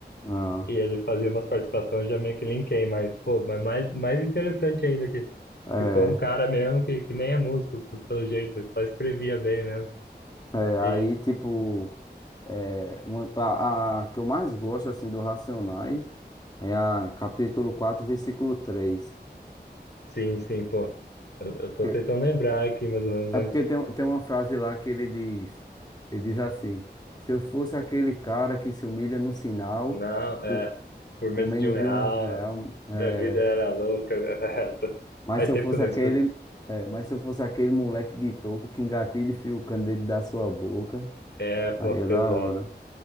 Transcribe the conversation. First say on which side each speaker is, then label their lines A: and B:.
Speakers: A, on the left; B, on the left.
A: Ah,
B: E ele fazia umas participações, já meio que linkei, mas, pô, mas mais, mais interessante ainda que,
A: é,
B: que foi um cara mesmo que, que nem é músico, p- pelo jeito, ele só escrevia bem mesmo.
A: é,
B: E
A: aí tipo. É, uma, a, a que eu mais gosto assim do Racionais é a capítulo quatro versículo três
B: sim, sim, pô. Eu, eu tô
A: Porque-
B: tentando lembrar aqui mais ou menos, mas
A: É porque tem, tem uma frase lá que ele diz, ele diz assim, se eu fosse aquele cara que se humilha no sinal
B: não, é,
A: por,
B: por menos
A: por menos
B: de um real,
A: de um real, é,
B: a vida era louca. <laughs>
A: mas
B: Faz
A: se
B: tempo
A: eu fosse
B: que eu não
A: aquele,
B: escuto.
A: é, mas se eu fosse aquele moleque de touca que engatilha e fia o candeeiro da sua boca,
B: É, pô,
A: aí é
B: pesado.
A: da hora.